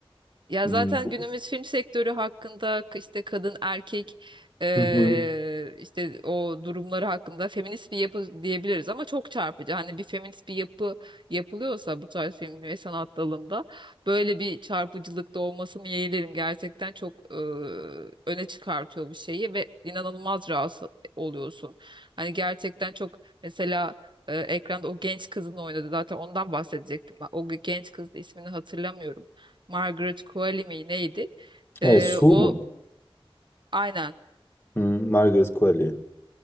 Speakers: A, on the right; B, on the left.
A: Ya
B: Hmm,
A: zaten
B: bu-
A: günümüz film sektörü hakkında k- işte kadın erkek eee,
B: Hı hı.
A: işte o durumları hakkında feminist bir yapı diyebiliriz ama çok çarpıcı. Hani bir feminist bir yapı yapılıyorsa bu tarz film ve sanat dalında böyle bir çarpıcılıkta olmasını yeğlerim. Gerçekten çok eee, öne çıkartıyor bu şeyi ve inanılmaz rahatsız oluyorsun. Hani gerçekten çok mesela eee, ekranda o genç kızın oynadı zaten ondan bahsedecektim. ben. O genç kızın ismini hatırlamıyorum Margaret Qualley mi neydi?
B: Evet
A: Ee,
B: Su
A: o
B: mu?
A: aynen.
B: Hı, Margaret Qualley.